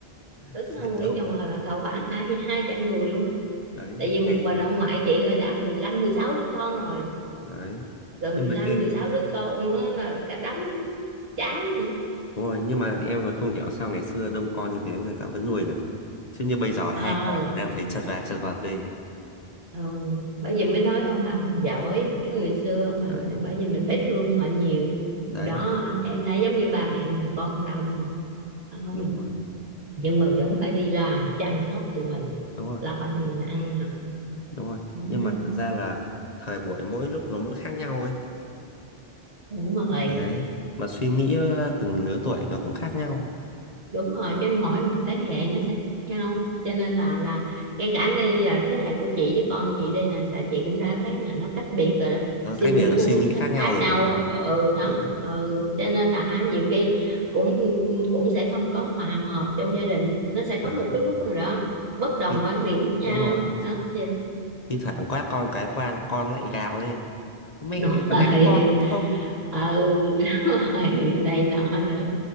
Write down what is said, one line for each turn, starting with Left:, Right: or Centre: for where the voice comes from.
Left: <laughs>
Right: tức là Nguyễn
Left: đông
Right: Trọng Hòa là cậu khoảng hai hai trăm người luôn
Left: đấy
Right: tại vì
Left: ngày
Right: một mình ông ngoại chị là đã mười lăm mười sáu đứa con rồi
Left: đấy
Right: rồi mười
Left: nhưng mà
Right: lăm
Left: em
Right: mười sáu đứa con đó là cả đống cháu nữa
Left: Đúng rồi, nhưng mà em là không hiểu sao ngày xưa đông con như thế mà người ta vẫn nuôi được nhỉ? Chứ như bây giờ hai
Right: Ờ,
Left: con còn đang thấy chật vật chật vật đi.
Right: ừ. bởi vì mới nói ông bà mình giỏi cái người xưa ông bà
Left: Đấy,
Right: mình bởi vì mình phải thương họ nhiều
Left: đấy,
Right: hồi đó à, em thấy giống như ba mẹ mình con đông phải không
Left: đúng rồi,
Right: nhưng mà vẫn phải đi làm chăm sóc tụi mình
Left: đúng rồi,
Right: lo khỏi cho mình ăn học
Left: đúng rồi.
Right: Ừ,
Left: Nhưng mà thật ra là thời buổi mỗi lúc nó mỗi khác nhau ấy.
Right: đúng rồi
Left: Đấy, mà suy nghĩ ờ, từng lứa tuổi nó cũng khác nhau.
Right: đúng rồi cái mỗi một thế hệ nó sẽ khác nhau cho nên là là ngay cả đây giờ thế hệ của chị với con chị đây nè là chị cũng đã thấy là nó cách biệt rồi đó
Left: Ờ,
Right: suy
Left: Cách
Right: nghĩ
Left: biệt nó suy
Right: cũng
Left: nghĩ
Right: khá,
Left: khác nhau
Right: khá nhau
Left: rồi đúng không?
Right: ừ ừ, đó
Left: Đấy,
Right: ừ cho nên là ha nhiều khi cũng cũng sẽ không có hòa hợp trong gia đình nó sẽ có
Left: à,
Right: một cái lúc nào đó bất đồng
Left: khi-
Right: quan điểm với nhau
Left: đúng rồi.
Right: đó thì <laughs>
Left: Thi thoảng quát con cái quan con lại gào lên. Mẹ
Right: đúng rồi
Left: đánh con đúng không?
Right: ừ đúng rồi này nọ nữa